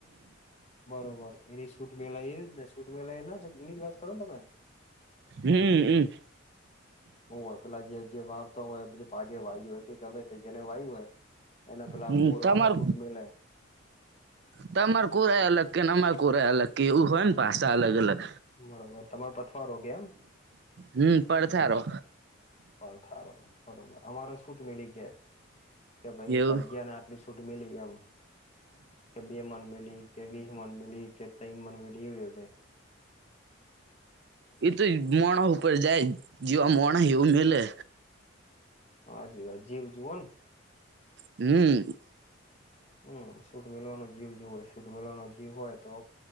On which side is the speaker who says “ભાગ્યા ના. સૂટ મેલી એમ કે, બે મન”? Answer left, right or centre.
Left